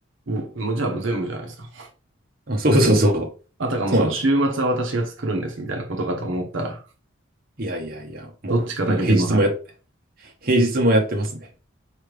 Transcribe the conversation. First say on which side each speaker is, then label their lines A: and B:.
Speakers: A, on the right; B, on the right.
A: お、もうじゃあもう全部じゃないですか。
B: あ、そうそうそう。
A: あたかもその週末は私が作るんですみたいなことかと思ったら、
B: そうなんですよ。いやいやいや、もう、
A: どっちかだけでもなく。
B: もう平日もや、平日もやってますね。